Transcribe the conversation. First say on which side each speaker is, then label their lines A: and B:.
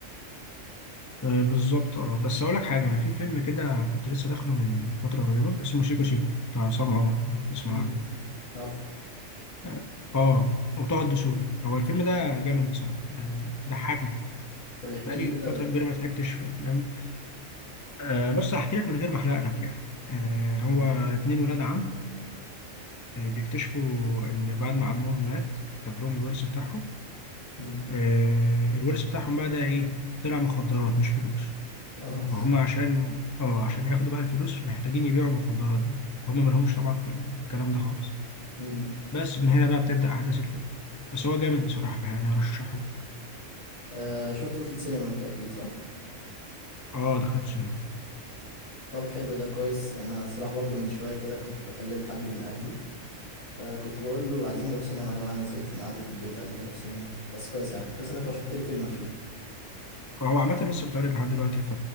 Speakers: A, on the left (about 30°); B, on the left (about 50°).
A: آه، بالظبط اه بس اقول لك حاجه انا في فيلم كده كنت لسه داخله من فتره قريبه اسمه شيكو شيكو بتاع عصام عمر لو تسمع
B: مم.
A: عنه
B: عارف
A: اه آه، وطه دسوقي هو الفيلم ده جامد بصراحه يعني ضحكني
B: طب احكي
A: بقالي
B: لي كده
A: فتره كبيره ما ضحكتش في افلام آه بس هحكي لك من غير ما احرق لك يعني آه
B: آه،
A: هو اتنين ولاد عم آه، بيكتشفوا إن بعد ما عمهم مات كتب لهم الورث بتاعهم
B: مم.
A: آه، الورث بتاعهم بقى ده إيه طلع مخدرات مش فلوس
B: <laughs> اه
A: فهم عشان اه عشان ياخدوا بقى الفلوس محتاجين يبيعوا المخدرات دي هم مالهمش طبعا في, ال- في الكلام ده خالص
B: مم.
A: بس من هنا بقى بتبدأ أحداث الفيلم بس هو جامد بصراحة يعني أرشحه لك.
B: آه، شفته في السينما انت اكيد صح
A: اه دخلت سينما
B: طب حلو ده كويس انا الصراحه برضو من شويه كده كنت بكلم حد من اهلي فكنت بقول له عايزين نروح سينما يا جماعه انا زهقت من قعده البيت عايزين نروح سينما بس كويس يعني كويس انك رشحت لي فيلم هشوفه
A: هو عامة لسه بيتعرض لحد دلوقتي ف